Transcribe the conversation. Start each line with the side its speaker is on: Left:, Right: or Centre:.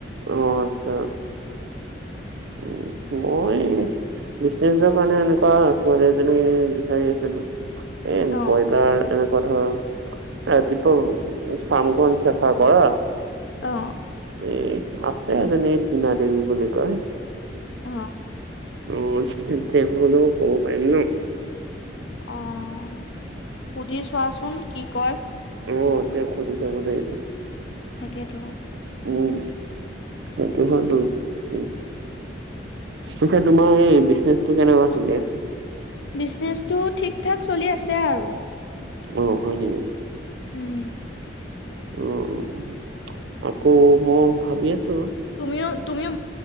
Right: অ আচ্ছা। উম মই এই বিজনেচৰ কাৰণে এনেকুৱা ছোৱালী এজনী বিচাৰি আছিলো। এ
Left: অ
Right: ব্ৰইলাৰ এনেকুৱা এনেকোৱা ধৰা ৰাতিপোৱা ফামখন চাফা কৰা।
Left: অ।
Right: এ আছে এজনী তীনা দেৱী বুলি কয়।
Left: অহ।
Right: অ তেওঁক হলো ক'ব পাৰিম ন।
Left: অ সুধি চোৱাচোন কি কয়
Right: উম অঁ তেওঁক সুধি চাব লাগিব।
Left: তাকেতো।
Right: উম সেইটো হয় বাৰু উম পিছে তোমাৰ এই বিজনেচটো কেনেকুৱা চলি আছে?
Left: বিজনেচটো ঠিক ঠাক চলি আছে আৰু।
Right: অ হয় নেকি?
Left: উম
Right: উম আকৌ মই ভাবি আছো
Left: তুমিও তুমিও